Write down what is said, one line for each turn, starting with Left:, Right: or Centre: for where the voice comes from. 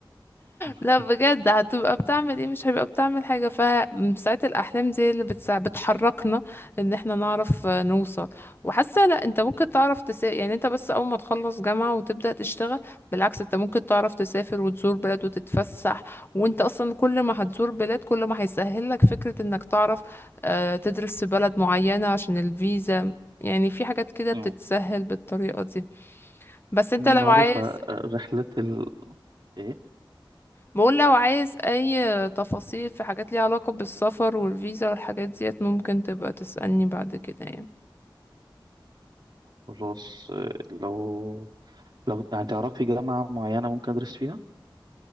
Right: <laughs>
Left: لا بجد هتبقى بتعمل ايه مش هيبقى بتعمل حاجة فساعات الأحلام دي اللي بتسع... بتحركنا ان احنا نعرف آه، نوصل وحاسة لا انت ممكن تعرف تسافر يعني انت بس أول ما تخلص جامعة وتبدأ تشتغل بالعكس انت ممكن تعرف تسافر وتزور بلاد وتتفسح وانت أصلا كل ما هتزور بلاد كل ما هيسهل لك فكرة انك تعرف آه، تدرس في بلد معينة عشان الفيزا يعني في حاجات كده
Right: مم.
Left: بتتسهل بالطريقة دي بس انت لو
Right: معروفة
Left: عايز
Right: آه، رحلة ال إيه
Left: بقول لو عايز اي تفاصيل في حاجات ليها علاقة بالسفر والفيزا والحاجات ديت ممكن تبقى تسألني بعد كده يعني
Right: خلاص آه، لو لو يعني تعرفي جامعة معينة ممكن أدرس فيها